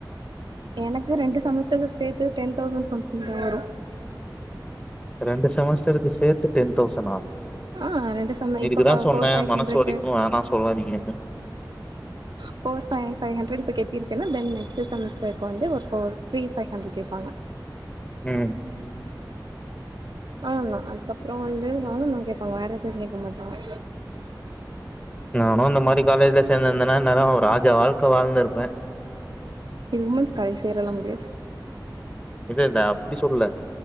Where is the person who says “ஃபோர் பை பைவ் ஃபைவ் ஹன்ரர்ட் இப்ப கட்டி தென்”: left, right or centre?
Right